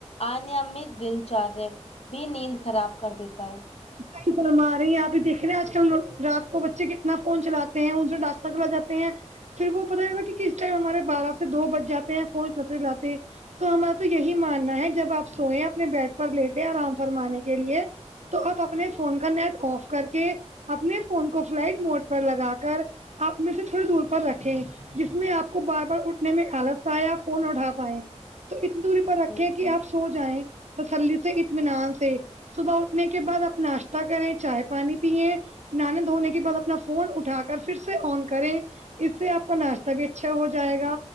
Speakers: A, on the left; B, on the right.
A: انیامت دن چارے بھی نیند خراب کر دیتا ہے
B: صحیح فرما رہی ہیں آپ ہی دیکھے ہیں آج کل رات کو بچے کتنا فون چلاتے ہیں ان ڈانسا کلا جاتے ہیں پھر وہ پتہ ہے نہ کہ کس ٹائم ہمارے بارہ سے دو بج جاتے ہیں فون چلتے چلاتے تو ہمارا تو یہی ماننا ہے جب آپ سوئیں اپنے بیڈ پر لیٹے آرام فرمانے کے لیے تو آپ اپنے فون کا نیٹ آف کر کے اپنے فون کو فلائٹ موڈ پر لگا کر اپنے سے تھوڑی دور پر رکھیں جس میں آپ کو بار بار اٹھنے میں آلس آیا آپ فون نا اٹھا پائے تو اتنی دوری پر رکھیں
A: بالکل
B: کہ آپ سو جائیں تسلی سے اطمینان سے صبح اٹھنے کے بعد آپ ناشتہ کریں چائے پانی پییں نہانے دھونے کے بعد اپنا فون اٹھا کر پھر سے آن کریں اس سے آپ کا ناش تہ بھی اچھا ہو جائے گا